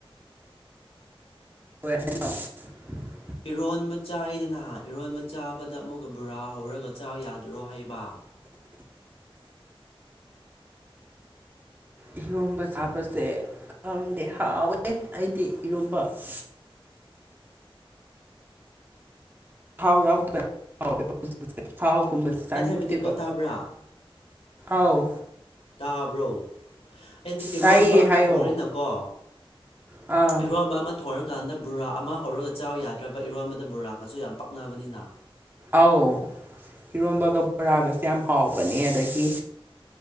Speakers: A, on the right; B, on the left.
A: ꯀꯍꯅꯣ <unintelligible>
B: ꯏꯔꯣꯟꯕ ꯆꯥꯏꯗꯅ ꯏꯔꯣꯟꯕ ꯆꯥꯕꯗ ꯑꯃꯨꯛꯀ ꯕꯣꯔꯥ ꯍꯧꯔꯒ ꯆꯥ ꯌꯥꯗ꯭ꯔꯣ ꯍꯥꯏꯩꯕ
A: <inaudible> <inaudible> ꯏꯔꯣꯝꯕ ꯆꯥꯕꯁꯦ ꯈꯪꯗꯦ ꯍꯥꯎꯋꯦ ꯑꯩꯗꯤ ꯏꯔꯣꯝꯕ <inaudible> <inaudible> ꯊꯥꯎ ꯌꯥꯎꯗꯕꯕ ꯊꯥꯎꯒꯨꯝꯕꯁꯦ ꯆꯥꯅꯤꯡꯗꯦꯕ
B: ꯑꯩꯅ ꯍꯥꯏꯕꯗꯤꯀꯣ ꯇꯥꯕ꯭ꯔꯥ
A: ꯑꯥꯎ
B: ꯇꯥꯕ꯭ꯔꯣ ꯑꯗꯤ ꯏꯔꯣꯟꯕ
A: ꯇꯥꯏꯌꯦ
B: ꯑꯃ
A: ꯍꯥꯏꯌꯣ
B: ꯊꯣꯡꯅꯤꯅꯀꯣ
A: ꯑꯥ
B: ꯏꯔꯣꯟꯕ ꯑꯃ ꯊꯣꯡꯅꯤꯅꯀꯣ ꯑꯗꯨ ꯀꯥꯟꯗ ꯕꯕꯨꯔꯥ ꯑꯃ ꯍꯧꯔꯒ ꯆꯥꯎ ꯌꯥꯗ꯭ꯔꯕ ꯏꯔꯣꯟꯕꯗ ꯕꯔꯥꯒꯁꯨ ꯌꯥꯝ ꯄꯛꯅꯕꯅꯤꯅ
A: ꯑꯧ ꯏꯔꯣꯝꯕꯒ ꯕꯣꯔꯥꯒꯁꯨꯦ ꯌꯥꯝ ꯍꯥꯎꯕꯅꯦ ꯑꯗꯒꯤ